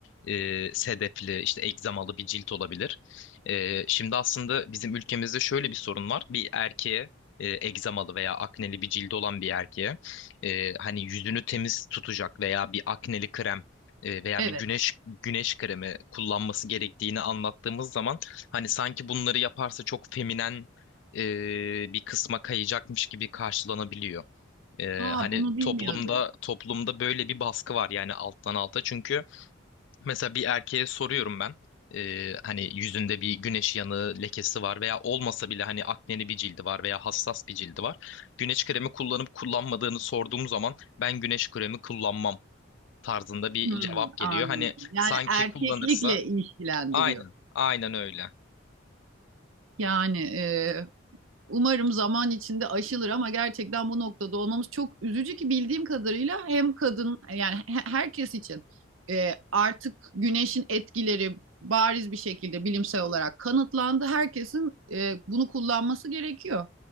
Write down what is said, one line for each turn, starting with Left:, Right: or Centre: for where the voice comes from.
Left: e, sedefli işte egzamalı bir cilt olabilir. E, şimdi aslında bizim ülkemizde şöyle bir sorun var. Bir erkeğe e, egzamalı veya akneli bir cildi olan bir erkeğe e, hani yüzünü temiz tutacak veya bir akneli krem e, veya
Right: evet.
Left: bir güneş güneş kremi kullanması gerektiğini anlattığımız zaman hani sanki bunları yaparsa çok feminen e, bir kısma kayacakmış gibi karşılanabiliyor. E,
Right: Aa
Left: hani
Right: bunu bilmiyordum.
Left: toplumda toplumda böyle bir baskı var yani alttan alta. Çünkü mesela bir erkeğe soruyorum ben. e, hani yüzünde bir güneş yanığı lekesi var veya olmasa bile hani akneli bir cildi var veya hassas bir cildi var. Güneş kremi kullanıp kullanmadığını sorduğum zaman ben güneş kremi kullanmam tarzında bir
Right: Hmm,
Left: cevap geliyor.
Right: anladım.
Left: Hani
Right: Yani
Left: sanki
Right: erkeklikle
Left: kullanırsa
Right: ilişkilendiriyor.
Left: aynen aynen öyle.
Right: Yani e, umarım zaman içinde aşılır ama gerçekten bu noktada olmamız çok üzücü ki bildiğim kadarıyla hem kadın yani herkes için e, artık güneşin etkileri bariz bir şekilde bilimsel olarak kanıtlandı. Herkesin e, bunu kullanması gerekiyor.